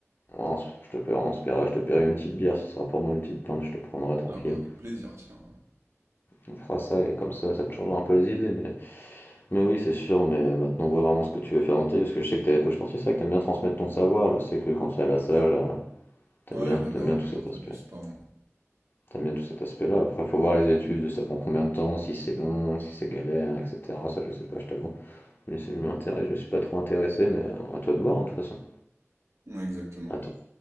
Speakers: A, on the left (about 45°); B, on the right (about 65°).
A: On se- je te paierai, on se paiera- je te paierai une petite bière, ce sera pour moi une petite pinte, je te prendrai tranquille.
B: Ah bah avec plaisir, tiens.
A: On fera ça et comme ça, ça te changera un peu les idées. Mais, mais oui, c'est sûr, mais maintenant on voit vraiment ce que tu veux faire dans ta vie, parce que je sais que t'es coach sportif, c'est vrai que t'aimes bien transmettre ton savoir, je sais que quand t'es à la salle, euh, t'aimes
B: Ouais, Ouais,
A: bien,
B: j'adore,
A: t'aimes bien tout
B: j'adore
A: cet
B: faire
A: aspect.
B: du sport moi.
A: T'aimes bien tout cet aspect-là. Après, faut voir les études, ça prend combien de temps, si c'est long, si c'est galère, etc. Ça, je sais pas, je t'avoue. Mais ça je m'intéresse, je me suis pas trop intéressé, mais euh, à toi de voir, hein, de toute façon.
B: Ouais, exactement.
A: À toi,